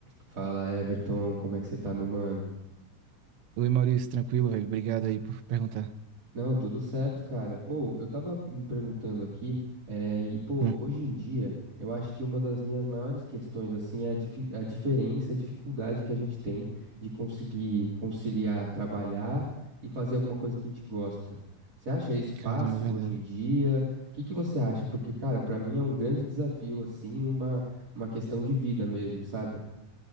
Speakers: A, on the right; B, on the right.
A: Fala, Everton, como é que você tá, meu mano?
B: Oi, Maurício, tranquilo, velho. Obrigado aí por perguntar.
A: Não, tudo certo, cara. Ou, eu tava me perguntando aqui, eh, e pô,
B: Hum,
A: hoje em dia, eu acho que uma das minhas maiores questões, assim, é a, difi- a diferença, a dificuldade que a gente tem de conseguir conciliar trabalhar e fazer alguma coisa que a gente gosta. Você acha isso fácil
B: caramba, é verdade.
A: hoje em dia? O que que você acha? Porque, cara, pra mim é um grande desafio, assim, uma, uma questão de vida mesmo, sabe?